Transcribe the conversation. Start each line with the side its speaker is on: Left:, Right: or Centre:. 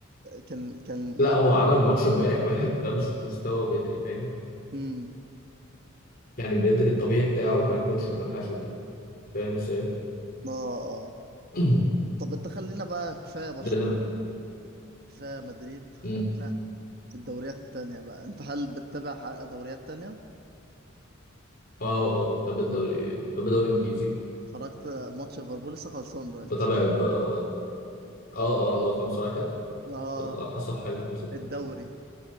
Right: كان كان
Left: لا
Right: لا
Left: هو عمل ماتش امبارح وحش ده مش مستوى بدري فاهم
Right: امم
Left: يعني بدري الطبيعي بتاعه ما يكونش بالوحشة دي فاهم ازاي
Right: ما اه آه.
Left: <clears throat> ده
Right: طب انت خلينا بقى كفايه برشلونه
Left: اللي
Right: كفايه مدريد خلينا
Left: مم.
Right: في الدوريات التانية بقى انت هل بتتابع ح- دوريات تانية
Left: اه اه بتابع الدوري بتابع الدوري الانجليزي
Right: اتفرجت ماتش ليفربول لسه خلصان دلوقتي
Left: بتابع ب... اه اه اللي هو خمسة واحد
Right: اه
Left: والله حصل حاجة من ستة
Right: الدوري